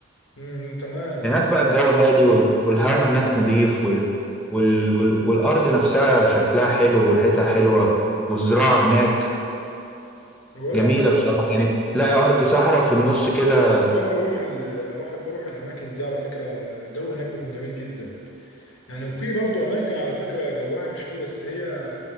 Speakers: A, on the left (about 85°); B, in the centre.
A: امم تمام
B: هناك بقى الجو هادي وال- والهواء هناك نضيف وال... وال... وال... والارض نفسها شكلها حلو وريحتها حلوه والزراعه هناك
A: أنا بقول
B: جميله
A: لك
B: بصراحه يعني تلاقي ارض صحراء في النص كده
A: بحب انا اروح ال- اروح احب اروح الاماكن دي على فكره الجو هناك بيكون جميل جدا يعني وفي برضو اماكن على فكره جوها مش قوي بس هي